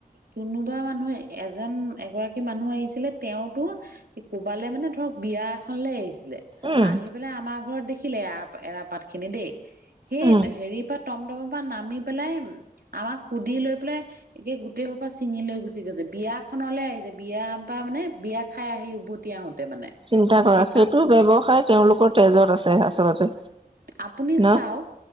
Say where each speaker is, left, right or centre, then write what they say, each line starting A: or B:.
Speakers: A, on the right; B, on the right.
A: কোনোবা মানুহে এজন এগৰাকী মানুহ আহিছিলে তেওঁতো কোবালে মানে ধৰক বিয়া এখন ল আহিছিলে।
B: উম
A: আহি পেলাই আমাৰ ঘৰত দেখিলে এ এৰাপাত খিনি দেই সেই
B: উম
A: হেৰিৰ পৰা টমটমৰ পৰা নামি পেলাই আমাক সুধি লৈ পেলাই একেই গোটেই খোলা ছিঙি লৈ গুচি গৈছে বিয়াখনলৈ আহিছে। বিয়া পৰা মানে বিয়া খাই আহি উভতি আহোতে মানে
B: চিন্তা কৰা
A: সেই
B: সেইটো
A: কাপ
B: ব্যৱসায় তেওঁলোকৰ তেজত আছে আচলতে
A: আপুনি
B: ন।
A: চাওক